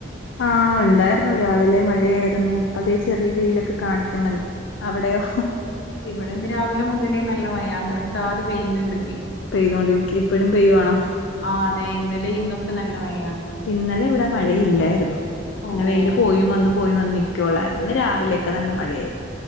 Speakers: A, on the left (about 85°); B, on the left (about 70°).
A: ആഹ് ഇണ്ടായിരുന്നു. രാവിലെ മഴയായിരുന്നു. ഇപ്പ ദേ ചെറിയ വെയിലൊക്കെ കാണിക്കുന്നുണ്ട്. അവിടെയോ?
B: ഇവിടെ ഇന്ന് രാവിലെ മുതലെ നല്ല മഴയാ. നിർത്താതെ പെയ്യ്ന്ന്ണ്ട്.
A: പെയ്തോണ്ടിരിക്ക. ഇപ്പഴും പെയ്യുവാണോ?
B: ആഹ് അതെ. ഇന്നലെ ഇന്നൊക്കെ നല്ല മഴയാണ്.
A: ഇന്നലെ ഇവിടെ മഴയില്ലായിരുന്നു. ഇങ്ങനെ
B: ഓഹ്
A: വെയില് പോയും വന്നും പോയും വന്ന് നിക്ക ക്കൊള്ളായിരുന്നു. ഇന്ന് രാവിലെയൊക്കെ നല്ല മഴയായിരുന്നു.